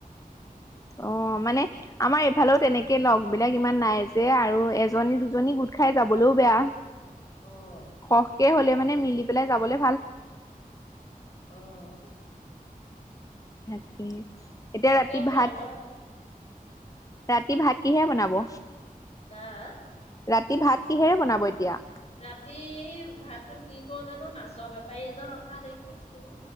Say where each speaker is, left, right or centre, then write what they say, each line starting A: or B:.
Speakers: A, on the left; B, on the left.
A: অ মানে আমাৰ এইফালেও তেনেকে তাকে লগ বিলাক ইমান নাই যে আৰু এজনী দুজনী গোট খাই যাবলৈও বেয়া।
B: অ',
A: সখকে হ'লে মানে মিল দি পেলাই যাবলৈ
B: আহ
A: তাকে এতিয়া
B: তাকেহে
A: ৰাতি ভাত,
B: আমৰ
A: ৰাতি ভাত কিহে বনাব?
B: আহ
A: ৰাতি ভাত কিহেৰে বনাব এতিয়া
B: ৰাতি ভাততো কি কওঁ জানো মাছৰ বেপাৰী এজন অহা দেখিছো